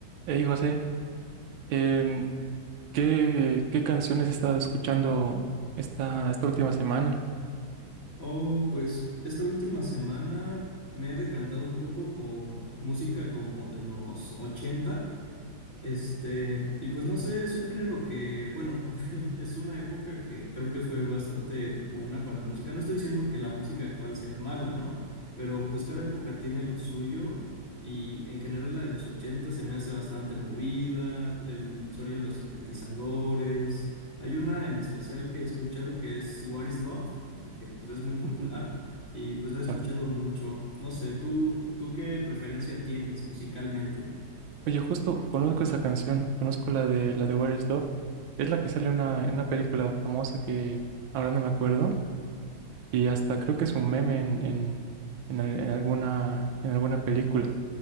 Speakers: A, on the right; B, on the left.
A: Hey José, em, ¿qué, qué canciones has estado escuchando esta, esta última semana?
B: Oh, pues esta última semana me he decantado un poco por música como de los 80. Este, y pues no sé, es un género que, bueno, <laughs> es una época que creo que fue bastante buena para la música. No estoy diciendo que la música actual sea mala, ¿no? Pero pues cada época tiene lo suyo y en general la de los 80 se me hace bastante movida, el sonido de los sintetizadores. Hay una en especial que he escuchado que es What is Love, que pues es muy popular
A: Ujú.
B: y pues la he escuchado
A: Ah,
B: mucho. No sé, ¿tú, tú qué preferencia tienes musicalmente?
A: Oye, justo conozco esa canción, conozco la de la de Where is Love. Es la que sale en una, en una película famosa que ahora no me acuerdo. Y hasta creo que es un meme en, en- en al- en alguna, en alguna película.